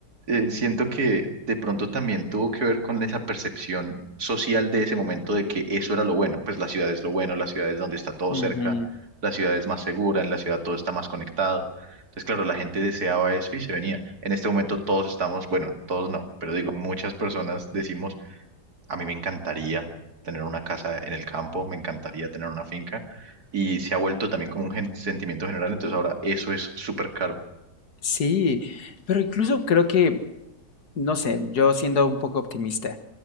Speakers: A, on the right (about 60°); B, on the left (about 65°).
A: eh, siento que de pronto también tuvo que ver con esa percepción social de ese momento de que eso era lo bueno. Pues la ciudad es lo bueno, la ciudad es donde está todo
B: Ujú.
A: cerca, la ciudad es más segura, en la ciudad todo está más conectado. Entonces, claro, la gente deseaba eso y se venía. En este momento todos estamos, bueno, todos no, pero digo, muchas personas decimos a mí me encantaría tener una casa en el campo, me encantaría tener una finca y se ha vuelto también como un gen- sentimiento general, entonces ahora eso es súper caro.
B: Sí, pero incluso creo que, no sé, yo siendo un poco optimista,